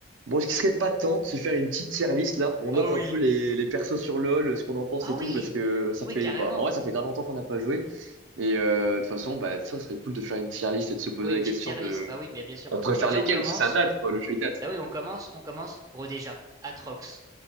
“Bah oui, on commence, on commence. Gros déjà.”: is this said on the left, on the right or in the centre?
Right